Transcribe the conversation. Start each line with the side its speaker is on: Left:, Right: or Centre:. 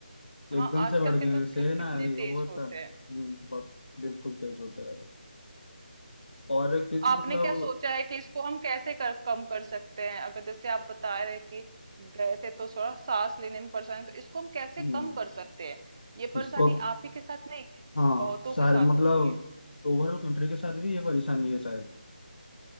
Right: हाँ
Left: एकदम
Right: आजकल
Left: से बढ़ गए
Right: के धूप
Left: हैं सही
Right: कि-
Left: ना
Right: कितने
Left: ये होता
Right: तेज होते
Left: है हम्म
Right: हैं
Left: बहुत बिल्कुल तेज होता है और एक चीज
Right: तो आपने
Left: मतलब
Right: क्या सोचा है कि इसको हम कैसे कर, कम कर सकते हैं अगर जैसे आप बता रहे हैं कि गए थे तो थोड़ा सांस लेने में परेशानी तो इसको हम कैसे
Left: हम्म,
Right: कम कर सकते हैं ये परेशानी
Left: इसको
Right: आप ही के साथ नहीं है
Left: हाँ
Right: बहुतों
Left: शायद
Right: के साथ
Left: मतलब
Right: होती है
Left: ओवरऑल कंट्री के साथ भी ये परेशानी है शायद